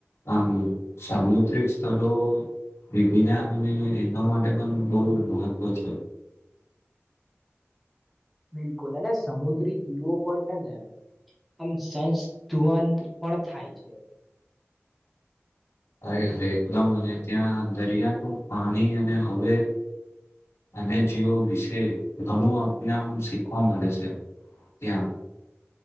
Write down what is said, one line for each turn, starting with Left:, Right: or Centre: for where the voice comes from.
Left: આમ સામુદ્રિક સ્થળો <unintelligible> અને એમના માટે પણ બો મહત્વ છે.
Centre: <inaudible> બિલકુલ અને સમુદ્રી જીવો પર છે ને આમ સંસ્ ધુવનધ પણ થાય છે.
Left: અરે અરે એકદમ અને ત્યાં દરિયાનું પાણી અને હવે અને જીવો વિશે, ઘણું આમ આપણે શીખવા મળે છે. ત્યાં.